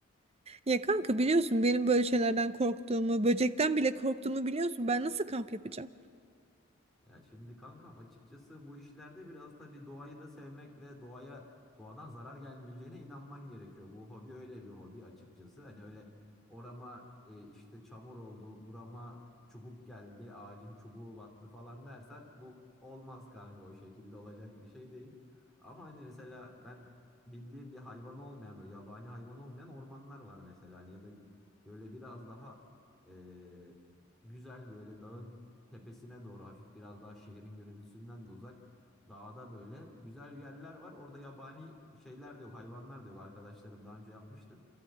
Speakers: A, on the right (about 30°); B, in the centre.
A: Ya kanka biliyorsun benim böyle şeylerden korktuğumu, böcekten bile korktuğumu biliyorsun. Ben nasıl kamp yapacağım?
B: Ya şimdi kankam açıkçası bu işlerde biraz tabii doğayı da sevmek ve doğaya doğadan zarar gelmeyeceğine inanman gerekiyor. Bu hobi öyle bir hobi açıkçası. Hani öyle orama e, işte çamur oldu, burama çubuk geldi, ağacın çubuğu battı falan dersen bu olmaz kanka o şekilde olacak bir şey değil. Ama hani mesela ben bildiğim bir hayvan olmayan böyle yabani hayvan olmayan ormanlar var mesela hani ya da böyle biraz daha e, güzel böyle dağın tepesine doğru hafif biraz daha şehrin gürültüsünden de uzak dağda böyle güzel yerler var. Orada yabani şeyler de yok, hayvanlar da yok. Arkadaşlarım daha önce yapmıştı